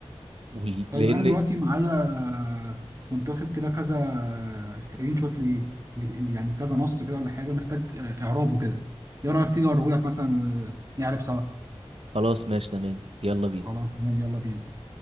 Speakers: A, on the right (about 70°); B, on the right (about 30°).
A: وال-
B: طيب
A: لان
B: انا دلوقتي معايا آه، كنت واخد كده كذا سكرين شوت لي لي- لي- يعني كذا نص كده ولا حاجه محتاج آه، اعرابه كده ايه رايك تيجي اوريهولك مثلا ونعرب سوا
A: خلاص ماشي تمام يلا بينا
B: خلاص تمام يلا بينا